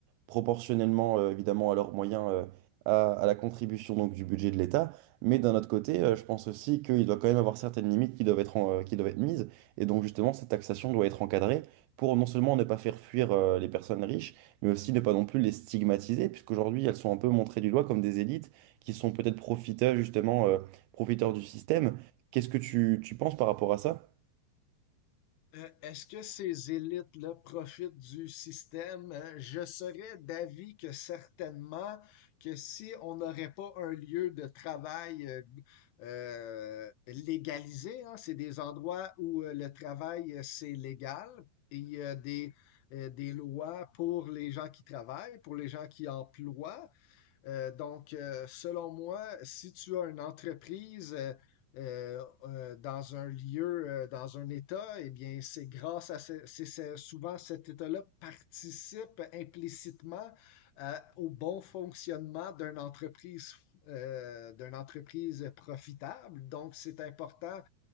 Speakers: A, on the right; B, on the left.
A: proportionnellement euh, évidemment à leurs moyens, euh, à, à la contribution donc du budget de l'État. Mais d'un autre côté, euh, je pense aussi qu'il doit quand même avoir certaines limites qui doivent être, en- euh, qui doivent être mises. Et donc justement, cette taxation doit être encadrée pour non seulement ne pas faire fuir euh, les personnes riches, mais aussi ne pas non plus les stigmatiser, puisqu'aujourd'hui elles sont un peu montrées du doigt comme des élites qui sont peut-être profiteurs justement, euh, profiteurs du système. Qu'est-ce que tu, tu penses par rapport à ça?
B: Euh, est-ce que ces élites-là profitent du système? Euh, je serais d'avis que certainement que si on n'aurait pas un lieu de travail euh, euh, légalisé, hein, c'est des endroits où euh, le travail, euh, c'est légal et il y a des, euh, des lois pour les gens qui travaillent, pour les gens qui emploient. Euh, donc, euh, selon moi, si tu as une entreprise euh, euh, euh, dans un lieu, euh, dans un État, eh bien, c'est grâce à ce- c'est c'est- souvent cet État-là participe implicitement à- au bon fonctionnement d'une entreprise, euh, d'une entreprise profitable. Donc, c'est important